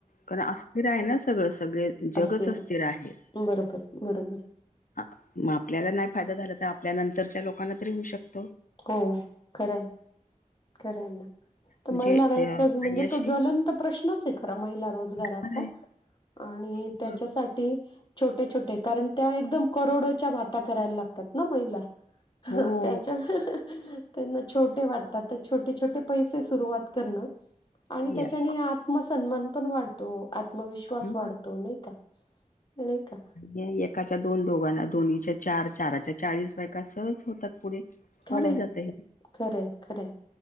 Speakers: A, on the left; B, on the left.
A: कारण अस्थिर आहे ना सगळं सगळे जगच
B: असतील
A: अस्थिर आहे.
B: बरोबर! बरोबर!
A: हां म आपल्याला नाय फायदा झाला तर आपल्या नंतरच्या लोकांना तरी होऊ शकत.
B: हों खरंय खरेयं ना तो
A: म्हणजे
B: महिलाराचा
A: अ,
B: म्हणजे
A: अय्याशी
B: तो ज्वलन तो प्रश्नचयं खरा महिला रोजगाराचा
A: खरं आहे.
B: आणि
A: बरोबर.
B: त्याच्यासाठी छोटे छोटे कारण त्या एखदम करोडोच्या बाता करायला लागतात ना महिला.
A: हों.
B: त्याच्या <unintelligible> त्यांना छोटे वाटतात तर छोटे पैसे सुरुवात करणं. आणि त्याच्याने
A: येस.
B: आत मग सन्मान पण वाढतो आत्मविश्वास
A: अगदी
B: वाढतो नायी का? नायी का?
A: ए एकाच्या दोन दोघांना दोन्हीच्या चार चाराच्या चाळीस बायका सहज होतात पुढे. वाढत
B: खरंय
A: जातय.
B: खरंय खरंय